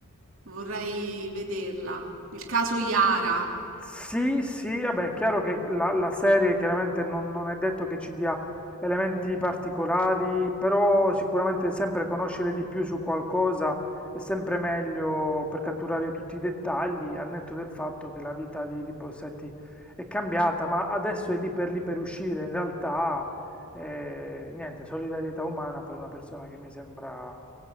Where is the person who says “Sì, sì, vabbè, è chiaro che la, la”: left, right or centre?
Centre